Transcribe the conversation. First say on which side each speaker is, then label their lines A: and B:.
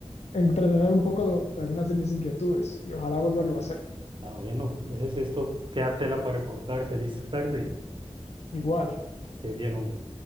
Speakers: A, on the left; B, on the right.
A: entretener un poco de algunas de mis inquietudes y ojalá volverlo a hacer.
B: Ah, bueno, es esto. Queda tela para cortar. Feliz tarde.
A: Igual.
B: Se bien, hombre.